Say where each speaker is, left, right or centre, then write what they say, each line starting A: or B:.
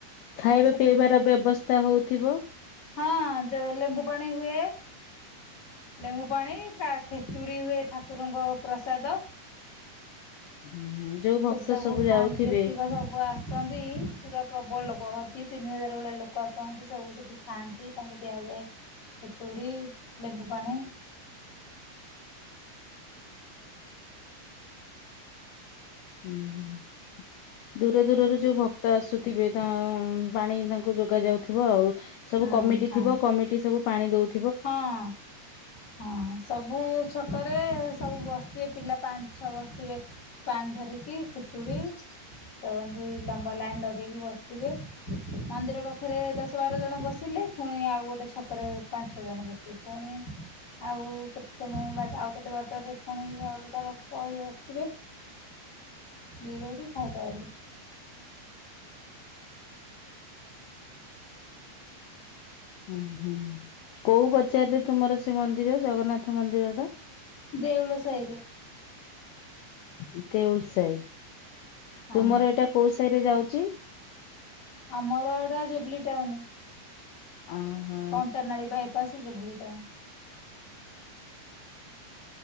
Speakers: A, on the left (about 75°); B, on the left (about 25°).
A: ଖାଇବା
B: ପୁଅ ଛୋଟ
A: ପିଇବାର
B: ଥିଲା
A: ବ୍ୟବସ୍ଥା ହଉଥିବ?
B: ହଁ ଯଉ ଲେମ୍ବୁ ପାଣି ହୁଏ। ଲେମ୍ବୁ ପାଣି କା ଖେଚୁଡି ହୁଏ ଠାକୁରଙ୍କ ପ୍ରସାଦ।
A: ହୁଁ ଯୋଉ ଭକ୍ତ
B: ସେସବୁ
A: ସବୁ
B: ଖାଆନ୍ତି
A: ଯାଉଥିବେ
B: ଯେତିକ ସବୁ ଆସନ୍ତି ପୁରା ପ୍ରବଳ ଲୋକ ହନ୍ତି। ତିନି ହଜାର ଭଳିଆ ଲୋକ ଆସନ୍ତି ସବୁ ସେଠି ଖାଆନ୍ତି ତାଙ୍କୁ ବ୍ୟାଗ, ଖେଚୁଡ଼ି, ଲେମ୍ବୁ ପାଣି
A: ହୁଁ ହୁଁ ଦୂର ଦୂରରୁ ଯେଉ ଭକ୍ତ ଆସୁଥିବେ ତା ଉମ ପାଣି ତାଙ୍କୁ ଯୋଗା ଯାଉଥିବ ଆଉ। ସବୁ
B: ହୁଁ
A: କମିଟି
B: ହଁ
A: ଥିବ କମିଟି ସବୁ ପାଣି ଦଉ
B: ହଁ ହଁ ସବୁ ଛକରେ ସବୁ ବସଥିବେ ପିଲା ପାଞ୍ଚ ଛଅ ବସଥିବେ। ପାଣି ଧରିକି, ଖେଚୁଡ଼ି ସମାନ ଦୁଇ ଲମ୍ବା ଲାଇନ ଲଗେଇକି ବସିଥିବେ। ମନ୍ଦିର ପାଖରେ ଦଶ ବାର ଜଣ ବସିଲେ ପୁଣି ଆଉ ଗୋଟେ ଛକରେ ପାଞ୍ଚ ଛଅ ଜଣ ବସିବେ। ପୁଣି ଆଉ କେତେ ସମୟ ବାଟ ଆଉ କେତେ ବାଟ ରେ ପୁଣିଳ ଅଲଗା ଲୋକ ବସିଥିବେ। ଯିଏ ଯଉଠି ଖାଇପାଇଲେ।
A: ହୁଁ ହୁଁ କୋଉ ପଚାରରେ ତୁମର ସେ ମନ୍ଦିର ଜଗନ୍ନାଥ ମନ୍ଦିର ଟା?
B: ଦେଉଳ ସାଇରେ।
A: ହୁଁ। ଦେଉଲସାଇ।
B: ହଁ
A: ତୁମର ଏଟା କୋଉ ସାଇରେ ଯାଉ ଚି?
B: ଆମର ଏଟା ଜୁବଲି ଟାଉନ।
A: ଓହୋ
B: କଣଟା ନାଳି ବା ପାସ ଯୋଉ ବ୍ଲୁ ଟାଉନ୍।